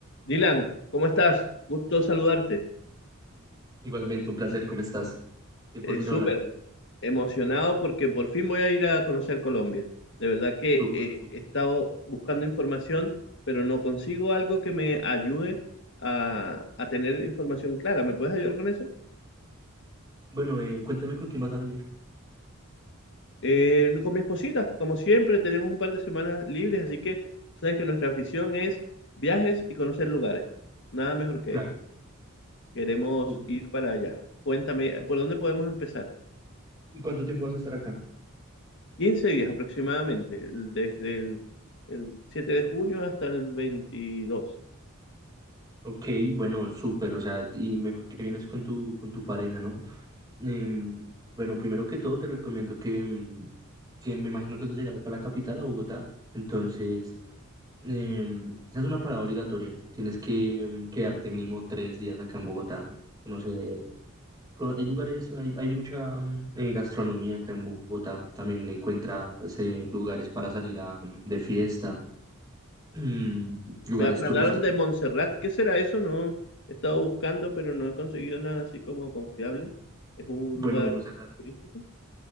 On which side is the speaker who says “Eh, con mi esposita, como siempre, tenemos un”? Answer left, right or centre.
Left